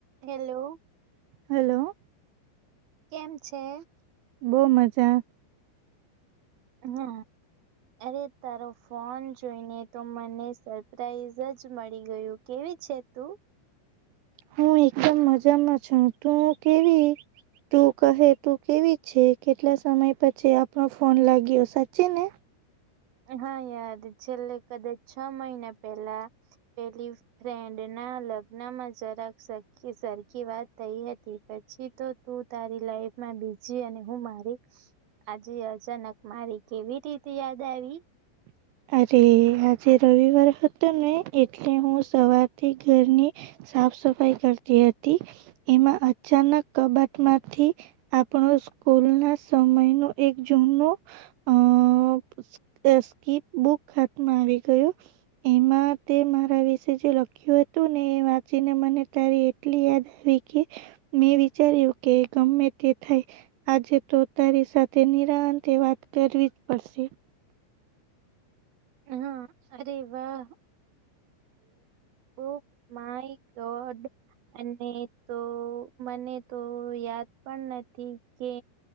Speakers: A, on the right; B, on the right.
A: Hello
B: hello
A: કેમ છે
B: બહુ મજા
A: હા અરે તારો ફોન જોઈને તો મને સરપ્રાઈઝ જ મળી ગયું કે આવી છેતું
B: હું એકદમ મજામાં છું તું કેવી તું કહે તું કેવી છે કેટલા સમય પછી આપણો ફોન લાગ્યો સાચી ને
A: હા યાર છેલ્લે કદાચ છ મહિના પેલા પેલી ફ્રેન્ડ ના લગ્નમાં જરાક સરખી વાત થઈ હતી પછી તો તું તારી લાઇફ બીજી અને હું મારી આજે અચાનક મારી કેવી રીતે યાદ આવી <inaudible>
B: અરે આજે રવિવાર હતો ને એટલે હું સવારથી ઘરની સાફ સફાઈ સફાઈ કરતી હતી એમાં અચાનક કબટમાંથી આપણો સ્કૂલ કૂલ ના સમય ન એક જૂનો અહહ- સ્કીપ બુક હાતમાં આવી ગયો એમાં તે મારા વિશે જે લખ્યો હતું અને વાંચીને મને તારી એટલી યાદ આવી કે મેં વિચાર્યું કે ગમે તે થાય આજે તો તારી સાથે નિરા અંતે વાત કરવી જ પડશે-
A: હા અરે વાહ બુ માઇ ગોડ અને તો મને તો યાદ પણ નથી કે